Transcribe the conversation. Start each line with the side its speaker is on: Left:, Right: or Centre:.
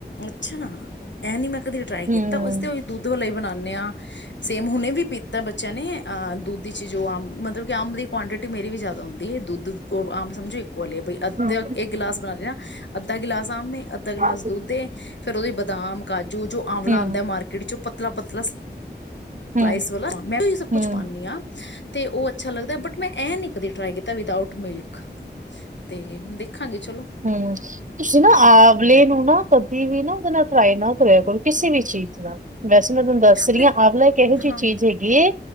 Left: ਅੱਛਾ ਨਾ ਇਹ ਨੀ ਮੈਂ ਕਦੇ ਟਰਾਈ ਕੀਤਾ
Right: ਹੂੰ
Left: ਉਸਦੇ ਦੁਧ ਦੁੱਧ ਵਾਲੇ ਬਣਾਦੇ ਹਾਂ ਸੇਮ ਹੁਣੇ ਵੀ ਪੀਤਾ ਬੱਚਿਆਂ ਨੇ, ਅਹ ਦੁੱਧ ਚ, ਜੋ ਆਮ ਮਤਲਬ ਕਿ ਆਮ ਦੀ ਕੁਆਂਟਿਟੀ ਮੇਰੀ ਵੀ ਜ਼ਿਆਦਾ ਹੁੰਦੀ। ਦੁੱਧ ਆਮ ਸਮਝੋ ਇੱਕੋ ਐ ਵੀ ਅੱਧ
Right: ਹੂੰ।
Left: ਇੱਕ ਗਲਾਸ ਬਣਾ ਲਾਇਆ ਨਾ। ਅੱਧਾ ਗਿਲਾਸ ਆਮ ਏ, ਅੱਧਾ ਗਲਾਸ
Right: ਹੂੰ,
Left: ਦੁੱਧੇ ਦੇ, ਫੇਰ ਉਹ ਹੀ ਬਦਾਮ ਕਾਜੂ ਜੋ ਜੋ ਆਮਲਾ
Right: ਹੂੰ,
Left: ਆਦਾ ਮਾਰਕੀਟ ਚ, ਪਤਲਾ-ਪਤਲਾ,
Right: ਹੂੰ,
Left: ਗਲਾਸ ਵਾਲਾ ਮੈਂ ਸਭ ਕੁਛ
Right: ਹੂੰ,
Left: ਪਾਣੀ ਹਾਂ ਤੇ ਉਹ ਅੱਛਾ ਲੱਗਦਾ ਬਟ ਮੈਂ ਇਹ ਨੀ ਕਦੀ ਟਰਾਈ ਕੀਤਾ ਵਿਦ ਆਊਟ ਮਿਲਕ ਤੇ ਦੇਖਾਂਗੇ ਚਲੋ
Right: ਹੂੰ, ਤੁਸੀਂ ਨਾ ਆਮਲੇ ਨੂੰ ਨਾ ਕਦੇ ਵੀ ਨਾ ਉਹਦੇ ਨਾਲ ਟਰਾਈ ਨਾ ਕਰਿਆ ਕੋਈ ਕਿਸੇ ਵੀ ਚੀਜ਼ ਨਾਲ ਵੈਸੇ ਮੈਂ ਤੁਹਾਨੂੰ ਦੱਸ ਰਹੀ
Left: ਅਰੇ
Right: ਹਾਂ ਆਮਲਾ ਕਿ ਇਹੋ ਜਿਹੀ
Left: ਹਾਂ
Right: ਚੀਜ਼ ਹੈਗੀ ਐ।